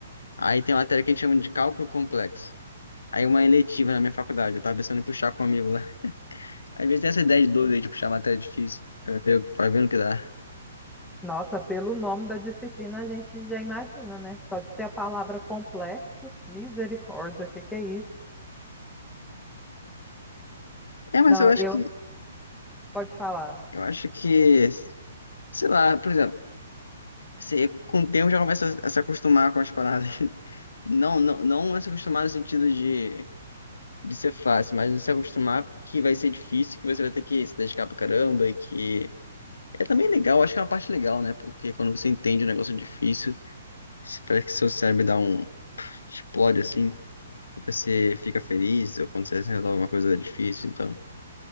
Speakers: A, on the left (about 80°); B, in the centre.
A: Aí tem uma matéria que a gente chama de cálculo complexo. Aí uma eletiva na minha faculdade, eu tava pensando em puxar com um amigo lá. Às vezes tem essa ideia de doido aí de puxar matéria difícil, pra ver, pra ver no que dá.
B: Nossa, pelo nome da disciplina a gente já imagina, né? Só de ter a palavra complexo, misericórdia, o que que é isso?
A: É, mas
B: Não,
A: eu acho
B: eu
A: que,
B: pode falar.
A: eu acho que, sei lá, por exemplo, você com o tempo já começa a, se acostumar com as paradas. <laughs> Não, não, não a se acostumar no sentido de, de ser fácil, mas de se acostumar que vai ser difícil, que você vai ter que se dedicar pra caramba e que é também legal, acho que é uma parte legal, né? Porque quando você entende um negócio difícil, se- parece que seu cérebro dá um explode assim, e você fica feliz, ou quando você resolve alguma coisa difícil, então.